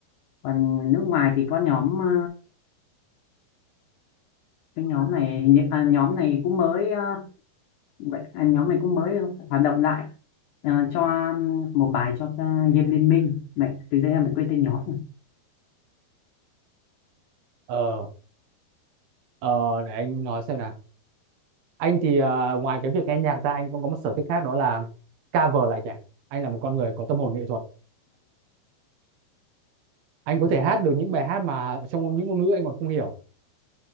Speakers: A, on the left (about 85°); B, on the right (about 75°).
A: còn nước ngoài thì có nhóm ờ, cái nhóm này hình như à, nhóm này cũng mới ờ, vậy à, nhóm này cũng mới hoạt động lại Ờ, cho ừm, một bài cho uh, Diêm Liên Minh mẹ từ giờ em lại quên tên nhóm
B: ờ ờ để anh nói xem nào anh thì à, ngoài cái việc nghe nhạc ra anh cũng có một sở thích khác đó là cover lại nhạc anh là một con người có tâm hồn nghệ thuật anh có
A: Ừ.
B: thể hát được những bài hát mà trong những ngôn ngữ anh còn không hiểu